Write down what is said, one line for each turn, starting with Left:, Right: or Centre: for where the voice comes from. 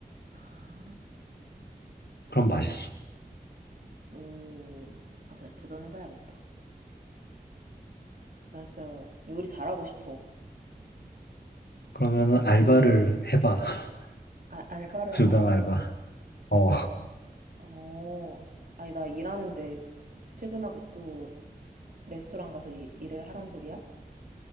Right: 아,
Left: 그럼 맛있어.
Right: 오, 맞아. 도전해봐야겠다. 나 진짜 요리 잘하고 싶어.
Left: 그러면은 알바를 해봐. <laughs>
Right: 아, 알바를
Left: 주방
Right: 하라고.
Left: 알바. 어,
Right: 어, 아니 나 일하는데 퇴근하고 또 레스토랑 가서 이- 일을 하란 소리야?